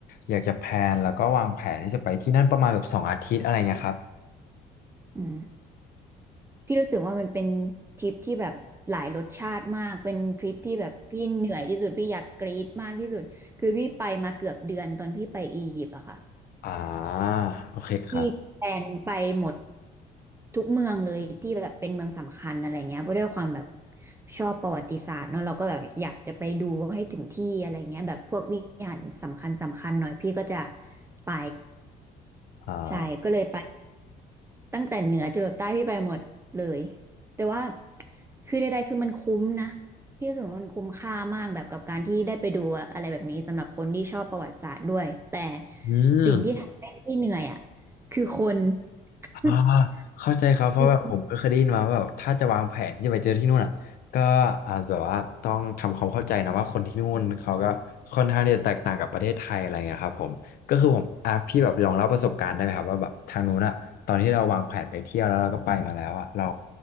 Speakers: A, on the left (about 60°); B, on the right (about 15°).
A: อยากจะแพลนแล้วก็วางแผนที่จะไปที่นั่นประมาณแบบสองอาทิตย์อะไรเงี้ยครับ
B: อืม พี่รู้สึกว่ามันเป็นทริปที่แบบหลายรสชาติมากเป็นทริปที่แบบพี่เหนื่อยที่สุดพี่อยากกรี๊ดมากที่สุดคือพี่ไปมาเกือบเดือนตอนพี่ไปอียิปต์อะค่ะ
A: อ่าโอเคครับ
B: พี่แพลนไปหมดทุกเมืองเลยที่แบบเป็นเมืองสำคัญอะไรเงี้ยเพราะด้วยความแบบชอบประวัติศาสตร์เนาะเราก็แบบอยากจะไปดูให้ถึงที่อะไรเงี้ยแบบพวกวิหารสำคัญสำคัญหน่อยพี่ก็จะไป
A: อ่า
B: ใช่ก็เลยไป ตั้งแต่เหนือจรดใต้พี่ไปหมดเลยแต่ว่าคือใดๆคือมันคุ้มนะพี่รู้สึกว่ามันคุ้มค่ามากแบบกับการที่ได้ไปดูอะไรแบบนี้สำหรับคนที่ชอบประวัติศาสตร์ด้วยแต่
A: อืม
B: สิ่งที่ทำให้พี่เหนื่อยอ่ะคือคน
A: อ่า
B: <laughs>
A: เข้าใจครับเพราะแบบผมก็เคยได้ยินมาว่าแบบถ้าจะวางแผนที่จะไปเจอที่นู่นอ่ะก็อาจแบบว่าต้องทำความเข้าใจนะว่าคนที่นู่นเขาก็ค่อนข้างที่จะแตกต่างกับประเทศไทยอะไรเงี้ยครับผมก็คือผมอ่ะพี่แบบลองเล่าประสบการณ์ได้ไหมครับว่าแบบทางนู้นอ่ะตอนที่เราวางแผนไปเที่ยวแล้วเราก็ไปมาแล้วอ่ะเรา
B: คือ